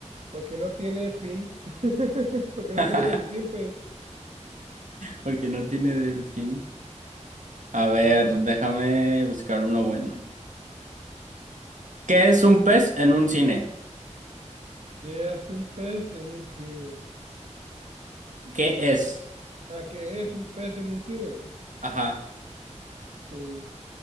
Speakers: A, on the right (about 65°); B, on the right (about 85°).
A: Porque no tiene fin. <laughs> Porque
B: <laughs>
A: no tiene delfín, pues.
B: Porque no tiene del fin. A ver,
A: A ver.
B: déjame buscar uno bueno. ¿Qué es un pez en un cine?
A: ¿Qué hace un pez en un cine? pues
B: ¿Qué
A: pez,
B: es?
A: pez. Ah, ¿qué es un pez en un cine?
B: Ajá.
A: Pez,